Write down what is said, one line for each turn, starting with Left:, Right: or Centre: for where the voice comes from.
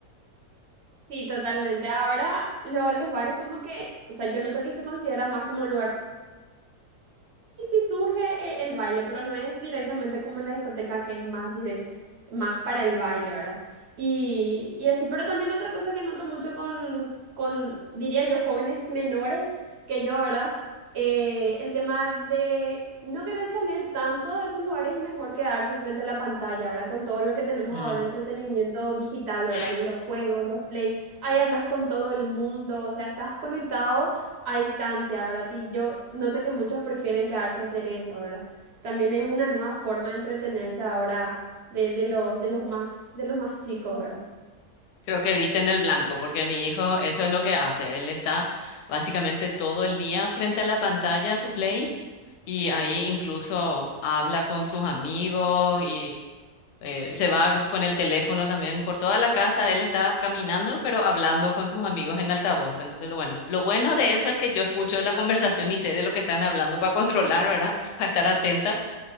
Right: Sí, totalmente. Ahora lo- los bares como que, o sea, yo noto que se considera más como un lugar Y sí surge eh, el baile, pero no es directamente como en la discoteca que es más direct, más para el baile, ¿verdad? Y, y así, pero también otra cosa que noto mucho con, con, diría yo, jóvenes menores que yo, ¿verdad? Eh, el tema de no querer salir tanto de esos lugares y mejor quedarse frente a la pantalla, ¿verdad? Con todo lo que tenemos
Left: Mm,
Right: ahora, entretenimiento digital,
Left: sí,
Right: ¿verdad? Los juegos, los play, ahí hablas con todo el mundo, o sea, estás conectado a distancia, ¿verdad? Y yo noto que muchos prefieren quedarse a hacer eso, ¿verdad? También es una nueva forma de entretenerse ahora de, de los, de los más, de los más chicos, ¿verdad?
Left: Creo que diste en el blanco, porque mi hijo eso es lo que hace. Él está básicamente todo el día frente a la pantalla, su play, y ahí incluso habla con sus amigos y eh, se va con el teléfono también por toda la casa, él está caminando, pero hablando con sus amigos en altavoz. Entonces, lo bueno, lo bueno de eso es que yo escucho la <laughs> conversación y sé de lo que están hablando para controlar, ¿verdad? <laughs> Para estar atenta,